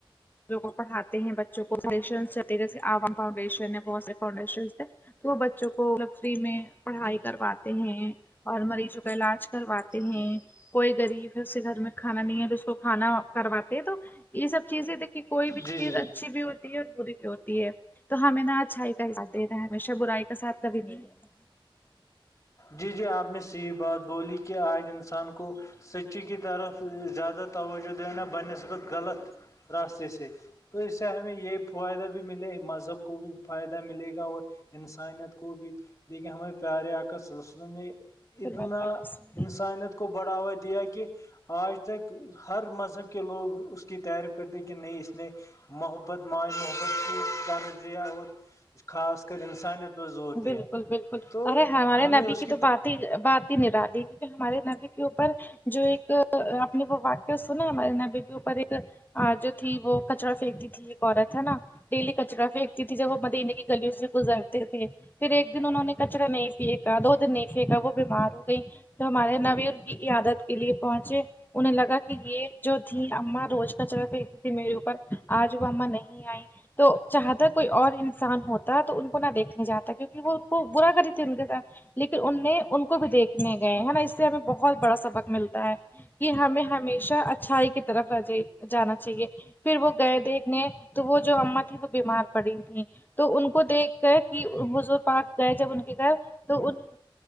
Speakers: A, on the left; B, on the left.
A: جو کو پڑھاتے ہیں بچوں کو سشن چری عوام فاؤنڈیشن بہت سے فؤنڈیشن تھ تو وہ بچوں کو م فری میں پڑھائی
B: جی جی جی
A: کرواتے ہیں اور مریضوں کا علاج کرواتے
B: جی
A: ہیں
B: جی
A: کوئی غریب ہے اسے گھر میں کھانا نہیں ہے تو اس کو کھانا کرواتے ہیں تو یہ سب چیزیں دیکھی کوئی بھی
B: جی
A: چیز
B: جی
A: اچھی بھی ہوتی ہے اور بری بھی ہوتی ہے تو ہمیں نہا اچھائی سھ د رہا ہے ہمیشہ برائی کا سھ کبھی نہیں لتا
B: جی جی آپ نے سےیح بات بولی کہ آج انسان کو سچی کی طرف زیادہ توجہ دینا بہ نسبط غلط راستتے س تو اس سے ہمیں یہ فائدہ بھی ملے مذہب کو بھی فائدہ ملے گا اور انسانیت کو بھی لیکن ہمیں پیارے کا سلسلوں نے اتنا
A: چلو اللہ
B: انسانیت کو بڑھاوا دیا کہ آج تک ہر مذہب کے لوگ اس کی تعریف کرتے ہیں کہ نہیں اس میں محبت ما محبت کی درزیا اور خاص کر انسانیت پہ زور
A: بالکل
B: دیا
A: بالکل
B: تو
A: ارے ہمارے
B: ہمیں
A: نبی
B: اس
A: کی تو بات ہی بات ہی نہیں ڈادی کیونکہ ہمارے نبی کے اوپر جو ایک اپپ نے وہ واقعہ سنا ہمارے ن بی کے اوپر ایک جو تھی وہ کچرا پنیکتی تھی ایک عورت ہے نا ڈیلی کچرا پھییکتی تھی جب وہ مدییننے کی گلیوں سے گزرتے تھے پھر ایک دن انہوں نے کچرا نہیں پھینکا دو دن نہیں پھینکا وہ بیمار ہو گئی تو ہمارے نوی کی عیاادت کے لیے پہنچے انہیں لگا کہ یہ جو تھیں اماں روز کا چرہ پھینکتی تھی میرے اوپر آج وہ ااں نہیں آئیں تو چاہتا کوئی اور انسان ہوتا تو ان کو نہ دیکھنے جاتا کیونکہ وہ کو برا کری تھی ان کے ساتھ لیکن ان ان کو بھی دیکھنے گئے ہے نا اس سے ہمیں بہت بڑا سبق ملتا ہے کہ ہمیں ہمیشہ اچھا اچ چھائی کی طرف آ جائی جانا چاہیے پھر وہ گئے دیکھنے تو وہ جو اما تیں وہ بیمار پڑی تھیں تو ان کو دیکھ گیا کہ بزگ پک گئے جب ان کے گھر تو ان